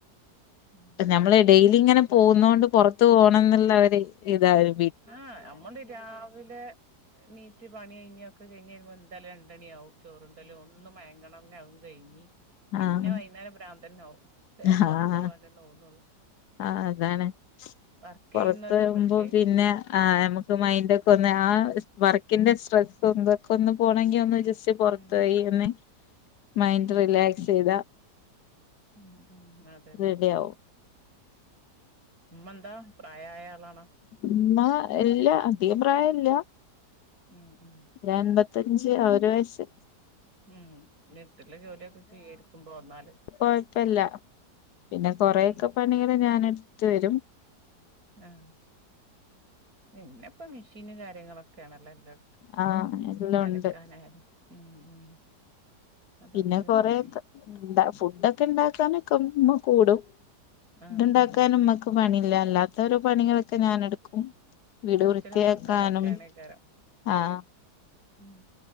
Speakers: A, on the right (about 55°); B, on the left (about 75°).
A: ഉം
B: നമ്മള് ഡെയിലി ഇങ്ങനെ പോവുന്നോണ്ട് പൊറത്ത്പോണോന്നുള്ള ഒര് ഇതാരു
A: ആഹ് നമ്മണ്ട് രാവിലെ ണീറ്റ് പണി കഴിഞ്ഞ് ഒക്കെ കഴിഞ്ഞരുമ്പോ എന്താലും രണ്ടണിയാവും ചോറുണ്ടല്ലും ഒന്ന് മയങ്ങണം അതും കഴിഞ്ഞ് ഇഞ്ഞി പിന്നെ
B: ആഹ് ആഹ്
A: വൈകുന്നേരം പ്രാന്തന്നെനാവും
B: ആഹ്
A: പൊർത്തോവാനന്നെ തോന്നുള്ളു
B: ആഹ് അതാണ്
A: വർക്ക്
B: പൊറത്തോവുമ്പ
A: ചെയ്യുന്നവർക്ക് പ്രത്യേകിച്ചും
B: പിന്നെ ആഹ് ഞമക്ക് മൈൻഡൊക്കൊന്ന് ആഹ് നമ്മക്ക് മൈന്റൊക്കെ ഒന്ന് വർക്കിന്റെ സ്ട്രെസ്സ് ഒന്തൊക്കെ ഒന്ന് പോണെങ്കി ഒന്ന് ജസ്റ്റ് പൊറത്തോയി
A: ഉം
B: ഒന്ന് മൈൻഡ്
A: ഉം
B: റിലാക്സ്
A: ഉം
B: ചെയ്താ
A: ഉം ഉം അതന്നെ
B: റെഡി ആവും
A: ഉമ്മണ്ടാ പ്രായായ ആളാണോ
B: ഉമ്മ ഇല്ല അധികം പ്രായല്ല
A: ഉം ഉം
B: ഒരൻപത്തഞ്ച് ആ ഒരു വയസ്സ്
A: ഉം വീട്ടിലെ ജോലിയൊക്കെ ചെയ്യായ്രിക്കും പോന്നാല്
B: കൊഴ്പ്പല്ല പിന്നെ കൊറെയൊക്കെ
A: ഉം ഉം
B: പണികള് ഞാനെട്ത്ത് വരും
A: ആഹ് പിന്നെപ്പം മെഷീന് കാര്യങ്ങളൊക്കെയാണല്ലോ എല്ലാട്
B: ആ എല്ലാം
A: അലക്കാനായാലും
B: ഉണ്ട്
A: ഉം ഉം അതുകൊണ്ട്
B: പിന്നെ കൊറെയൊക്കെ
A: പേടിയാ
B: ഇണ്ട ഫുഡൊക്കെണ്ടാക്കാനൊക്കെ ഇമ്മ കൂടും
A: ആഹ്
B: ഫുഡ് ഇണ്ടാക്കാനും
A: ആഹ്
B: ഇമ്മക്ക് പണില്ല അല്ലാത്തൊരോ പണികളൊക്കെ ഞാന്ട്ക്കും വീട്
A: അടിച്ചലും
B: വൃത്തിയാക്കാനും
A: തൊടക്കലൊക്കെ ആണേക്കാരം
B: ആഹ്
A: ഉം